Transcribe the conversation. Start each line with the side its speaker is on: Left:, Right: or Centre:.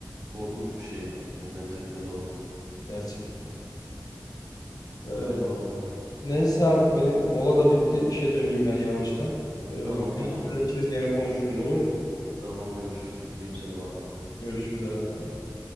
Right: korkunç bir şey yani. O benzetme doğru.
Left: gerçekten. Ee,
Right: Öyle valla.
Left: neyse abi benim mola da bitti. İşe döneyim ben yavaştan. Ee,
Right: Tamam
Left: gene
Right: dostum.
Left: haberleşiriz, gene konuşuruz olur mu?
Right: Tamam görüşürüz. Tutmayayım seni bay bay.
Left: Görüşürüz abi. Bay bay.